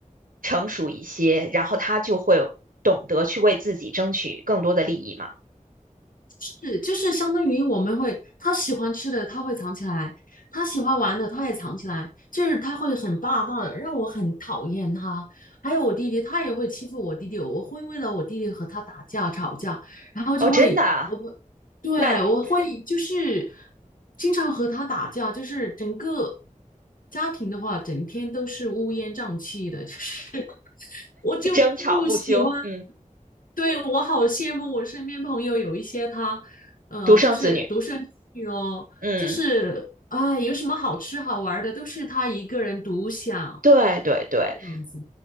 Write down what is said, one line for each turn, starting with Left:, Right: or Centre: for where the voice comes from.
Right: 成熟一些，然后他就会懂得去为自己争取更多的利益嘛。
Left: 是，就是相当于我们会，他喜欢吃的他会藏起来，他喜欢玩的他也藏起来，就是他会很霸道的，让我很讨厌他。还有我弟弟，他也会欺负我弟弟，我会为了我弟弟和他打架吵架，然后就会，
Right: 哦，真的啊
Left: 我会，对，
Right: 那你
Left: 我会就是经常和他打架，就是整个家庭的话，整天都是乌烟瘴气的，就是 <laughs> 我就不喜欢。
Right: 争吵不休，嗯，
Left: 对，我好羡慕我身边朋友有一些他，嗯、
Right: 独生子女，
Left: 就是独生女哦，
Right: 嗯，
Left: 就是啊、有什么好吃好玩的都是他一个人独享
Right: 对对对，
Left: 这样子。